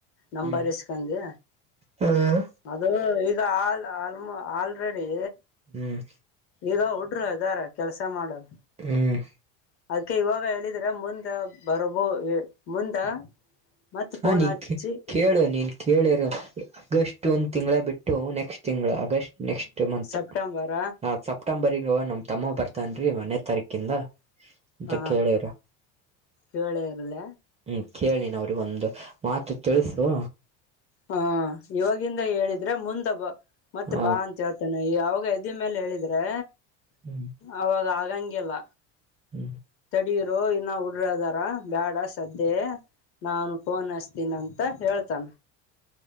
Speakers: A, on the left; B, on the right.
A: ನಂಬರ್
B: ಹ್ಮ್
A: ಇಸ್ಕಂದಿ
B: ಹ್ಮ್
A: ಅದು ಈಗ ಆ ಆಲ್ಮ ಆಲ್ರೆಡಿ
B: ಹ್ಮ್
A: ಈಗ ಉ ಟ್ರ ಇದಾರೆ ಕೆಲ್ಸ ಮಾಡೋರು
B: ಹ್ಮ್
A: ಅದ್ಕೆ ಇವಾಗ ಹೇಳಿದ್ರೆ ಮುಂದ ಬರೋಬೋ ಮುಂದ ಮತ್ತ
B: ಹಾ
A: ಫೋನ್
B: ನೀ
A: ಹಚ್ಚಿ
B: ಕೇಳು ನೀನ್ ಕೆ ಕೇಳಿರು ಅಗಸ್ಟ್ ಒಂದು ತಿಂಗಳ ಬಿಟ್ಟು ನೆಕ್ಸ್ಟ್ ತಿಂಗಳು ಆಗಸ್ಟ್ ನೆಕ್ಸ್ಟ್ ಮಂತ್
A: ಸೆಪ್ಟೆಂಬರ
B: ನಾ ಸೆಪ್ಟೆಂಬರ್ಗ ನಮ್ಮ ತಮ್ಮ ಬರ್ತನ್ರಿ ಒನ್ನೇ ತಾರೀಕಿಂದ ಅಂತ
A: ಹ
B: ಕೇಳಿರು
A: ಕೇಳ ಇರ್ಲ
B: ಹ್ಮ ಕೇಳ್ ನೀನು ಅವ್ರಿಗೆ ಒಂದು ಮಾತು ತಿಳಿಸು
A: ಹಾ ಇವಾಗಿಂದ ಹೇಳಿದ್ರೆ ಮುಂದ ಬ ಮತ್ತೆ
B: ಹ
A: ಬಾ ಅಂತ ಹೇಳ್ತೇನೆ ಯಾವಾಗ ಇದ ಮೇಲೆ ಹೇಳಿದ್ರೆ
B: ಹ್ಮ್
A: ಅವಾಗ ಆಗಂಗಿಲ್ಲ
B: ಹ್ಮ್
A: ಹಡೀರು ಇನ್ನ ಉಡ್ರದಾರ ಬೇಡ ಸದ್ದೆ ನಾನು ಫೋನ್ ಹಚ್ಚ್ತಿನ್ ಅಂತ ಹೇಳ್ತಾನ